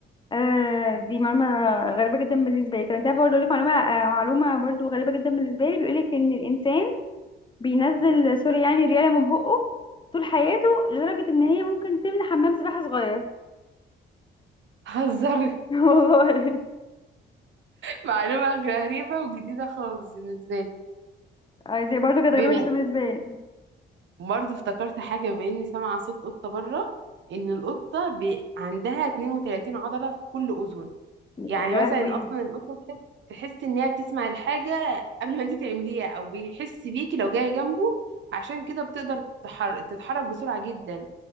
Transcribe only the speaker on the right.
<laughs> هزر
معلومة غريبة وجديدة خالص بالنسبة
لي
برضه افتكرت حاجة بما إني سامعة صوت قطة بره إن القطة بي... عندها 32 عضلة في كل أذن يعني
مثلا أصلا القطة تحس تحس إن هي بتسمع الحاجة قبل ما أنت تعمليها أو بيحس بيكي لو جاية جنبه عشان كده بتقدر تتحر... تتحرك بسرعة جدا